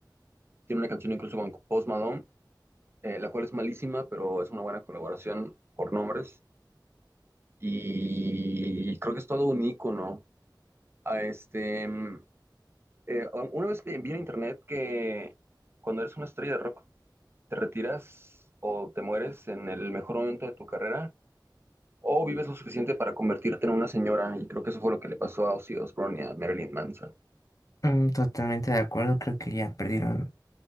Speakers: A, on the right (about 30°); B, on the left (about 45°).
A: Tiene una canción incluso con Post Malone, eh, la cual es malísima, pero es una buena colaboración por nombres. Y creo que es todo un ícono. Ah, este, mm, Eh, un- una vez vi vi en internet que cuando eres una estrella de rock, te retiras o te mueres en el mejor momento de tu carrera o vives lo suficiente para convertirte en una señora. Y creo que eso fue lo que le pasó a Ozzy Osbourne y a Marilyn Manson.
B: Mm, totalmente de acuerdo, creo que ya perdieron